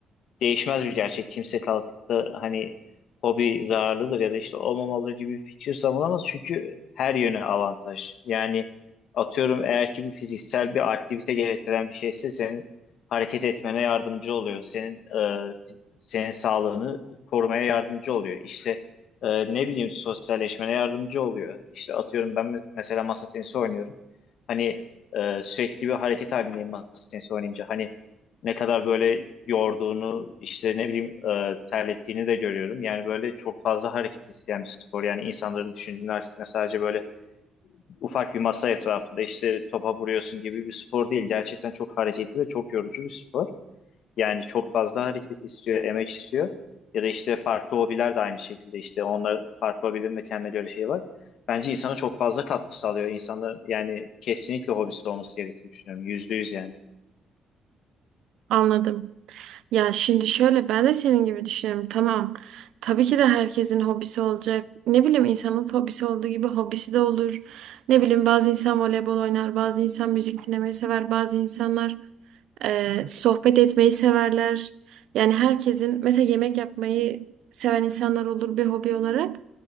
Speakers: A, on the left; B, on the right.
A: değişmez bir gerçek. Kimse kalkıp da hani hobi zararlıdır ya da işte olmamalı gibi bir fikir savunamaz. Çünkü her yöne avantaj. Yani atıyorum eğer ki bir fiziksel bir aktivite gerektiren bir şeyse senin hareket etmene yardımcı oluyor. Senin e, senin sağlığını korumaya yardımcı oluyor. İşte e, ne bileyim sosyalleşmene yardımcı oluyor. İşte atıyorum ben me- mesela masa tenisi oynuyorum. Hani e, sürekli bir hareket halindeyim masa tenisi oynayınca. Hani ne kadar böyle yorduğunu işte ne bileyim e, terlettiğini de görüyorum. Yani böyle çok fazla hareket isteyen bir spor. Yani insanların düşündüğünün aksine sadece böyle ufak bir masa etrafında işte topa vuruyorsun gibi bir spor değil. Gerçekten çok hareketli ve çok yorucu bir spor. Yani çok fazla hareket istiyor, emek istiyor. Ya da işte farklı hobiler de aynı şekilde işte onlar farklı hobilerin de kendine göre şeyi var. Bence insana çok fazla katkı sağlıyor. İnsanlar yani kesinlikle hobisi olması gerektiğini düşünüyorum. Yüzde yüz yani.
B: Anladım. Ya şimdi şöyle ben de senin gibi düşünüyorum. Tamam. Tabii ki de herkesin hobisi olacak. Ne bileyim insanın hobisi olduğu gibi hobisi de olur. Ne bileyim bazı insan voleybol oynar, bazı insan müzik dinlemeyi sever, bazı insanlar e, sohbet etmeyi severler. Yani herkesin mesela yemek yapmayı seven insanlar olur bir hobi olarak.